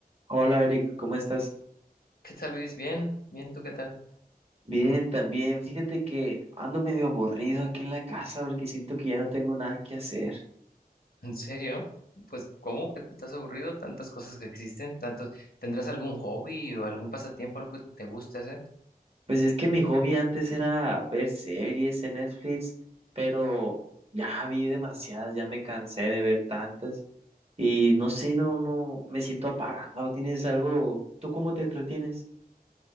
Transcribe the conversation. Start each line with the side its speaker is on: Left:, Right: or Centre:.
Right: Hola Eric, ¿cómo estás?
Left: ¿Qué tal, Luis? Bien, bien, ¿tú qué tal?
Right: Bien, también. Fíjate que ando medio aburrido aquí en la casa porque siento que ya no tengo nada que hacer.
Left: <laughs> ¿En serio? Pues, ¿cómo que te estás aburrido? Tantas cosas que existen, tantos... ¿Tendrás algún hobby o algún pasatiempo, algo que te guste hacer?
Right: Pues es que mi hobby antes era ver series en Netflix, pero ya vi demasiadas, ya me cansé de ver tantas y no sé, no, no, me siento apagado. ¿Tienes algo? ¿Tú cómo te entretienes?